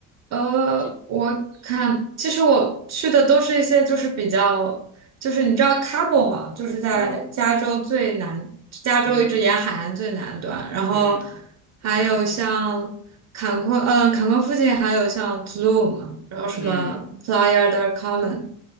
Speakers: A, on the right; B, on the left.
A: 呃，
B: 去？
A: 我看其实我去的都是一些就是比较，就是你知道 Cabo 嘛，就是在加州最南，
B: 嗯
A: 加州一直沿海岸最南端，
B: 嗯
A: 然后
B: 嗯
A: 还有像坎昆，嗯、呃坎昆附近还有像 Tulum，然后什么
B: 嗯
A: Playa del Carmen，